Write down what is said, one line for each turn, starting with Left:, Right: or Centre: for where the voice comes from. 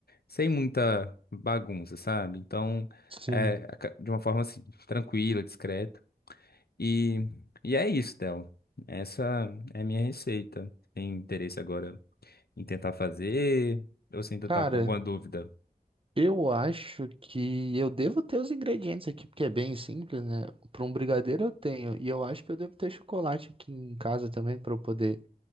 Left: sem muita bagunça, sabe? Então,
Right: Sim.
Left: é aca- de uma forma assim, tranquila, discreta. E, e é isso, Théo. Essa é a minha receita. Tem interesse agora em tentar fazer ou se ainda
Right: Cara,
Left: tá com alguma dúvida?
Right: Eu acho que eu devo ter os ingredientes aqui, porque é bem simples, né? Para um brigadeiro eu tenho, e eu acho que eu devo ter chocolate aqui em casa também para eu poder